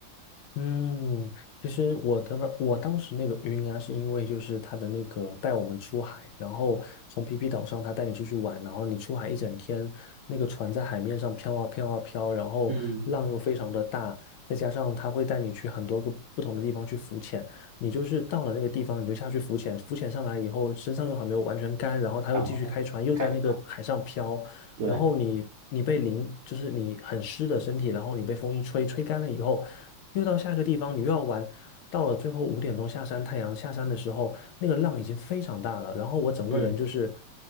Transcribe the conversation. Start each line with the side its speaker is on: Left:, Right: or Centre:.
Left: 嗯，其实我的那我当时那个晕啊，是因为就是他的那个带我们出海，然后从皮皮岛上他带你出去玩，然后你出海一整天，那个船在海面上飘啊飘啊飘，然后浪又非常的大，
Right: 嗯，
Left: 再加上他会带你去很多个不同的地方去浮潜，你就是到了那个地方你就下去浮潜，浮潜上来以后身上又还没有完全干，然后他又继续开船，
Right: 然后开始。
Left: 又在那个海上飘，
Right: 对，
Left: 然后你你被淋，就是你很湿的身体，然后你被风一吹，吹干了以后，又到下一个地方，你又要玩。到了最后五点钟下山，太阳下山的时候，那个浪已经非常大了，然后我整个人就是，
Right: 嗯，